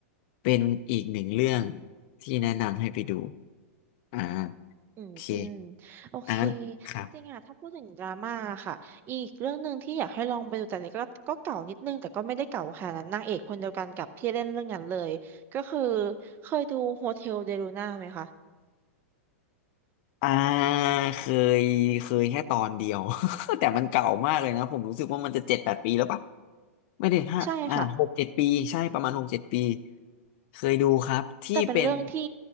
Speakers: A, on the left; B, on the right.
A: เป็นอีกหนึ่งเรื่องที่แนะนำให้ไปดูอ่า
B: อืมอืม
A: โอเค
B: โอเค
A: อ่านครับ
B: จริงๆอะถ้าพูดถึงดราม่าค่ะอีกเรื่องหนึ่งที่อยากให้ลองไปดูแต่นี่ก็ก็เก่านิดนึงแต่ก็ไม่ได้เก่าขนาดนั้นนางเอกคนเดียวกันกับที่เล่นเรื่องนั้นเลยก็คือเคยดูโฮเทลเดลูน่าไหมคะ
A: อ่าเคยเคยแค่ตอนเดียว <laughs> แต่มันเก่ามากเลยนะผมรู้สึกว่ามันจะเจ็ดแปดปีแล้วปะ ไม่ได้ห้าอ่าหกเจ็ดปีใช่ประมาณหกเจ็ดปี
B: ใช่ค่ะ
A: เคยดูครับที่เป็น
B: แต่เป็นเรื่องที่